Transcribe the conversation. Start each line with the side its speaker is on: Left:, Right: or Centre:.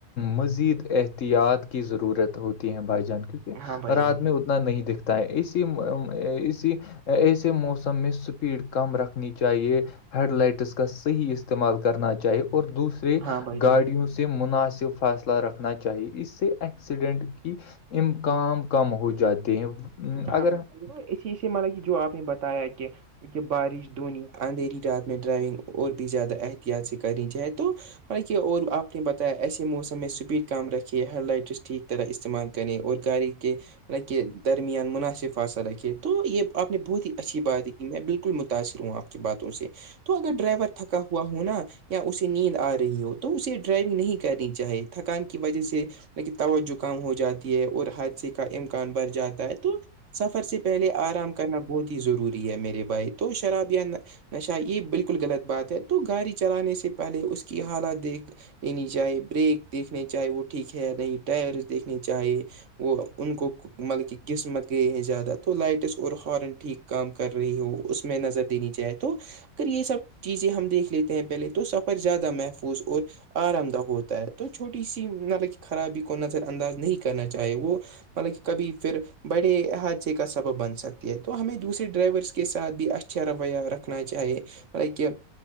Left: مزید احتیاط کی ضرورت ہوتی ہے بھائی جان کیونکہ
Right: ہاں بھائی
Left: رات
Right: جان
Left: میں ا نہیں دکھتا ہے اسی اسی ایسے موسم میں سپیڈ کم رکھنی چاہیے ہیڈ لائٹس کا صحیح استعمال کرنا چاہیے اور دوسرے
Right: ہاں بھائی جان
Left: گاڑیوں سے مناسب فاصلہ رکھنا چاہیے اس سے ایکسیڈنٹ کی امکان کم ہو جاتے ہیں
Right: ہاں
Left: اگر
Right: وہ اسی اسی مل کہ جو آپ نے بتایا کہ کیکہ بارش دونی اندھیری رات میں ڈرائیونگ اور بھی زیادہ احتیاط سے کرنی چاہے تو مط کہ اور آپ نے بتایا ایسے موسم میں اسپیڈ کم رکھی ہیڈ لائٹرس ٹھیک طرح استعمال کریں اور گااری کے مطلب کہ درمیان مناسف فاصل رکھے تو یہ آپ نے بہت ہی اچھی بات کی میں بالکل متاثر ہوں آپ کی باتوں سے تو اگر ڈرائیور تھکا ہوا ہو نا یا اسے نیند آ رہی ہو تو اسے ڈرائیونگ نہیں کرنی چاہی تھکان کی وجہ سے لیکن توجکام ہو جاتی ہے اور حادثے کا امکان بر جاتا ہے تو سفر سے پہلے آرام کرنا بہت ہی ضروری ہے میرے بھائی تو شراب یا نشا یہ بالکل غلط بات ہے تو گاڑی چلانے سے پہلے اس کی حالت دیکھ یہ نہیں چاہے بریک دیکھنے چاہے وہ ٹھیک ہے نہیں ٹائر دیکھنے چاہے وہ ان کو مطب قسمت گئے ہیں زیادہ تو لائٹس اور ہارن ٹھیک کام کر رہی ہو اس میں نظر دینی جائے تو اگر یہ سب چیزیں ہم دیکھ لیتے ہیں پہلے تو سفر زیادہ محفوظ اور آرام دہ ہوتا ہے تو چھوٹی سی مطلب خرابی کو نظر انداز نہیں کرنا چاہے وہ مطب کہ کبھی پھر بڑے حادثے کا سبب بن سکتی ہے تو ہمیں دوسرے ڈرائیورس کے ساتھ بھی اچھا اچھا رویہ رکھنا چاہیے لطائ کہ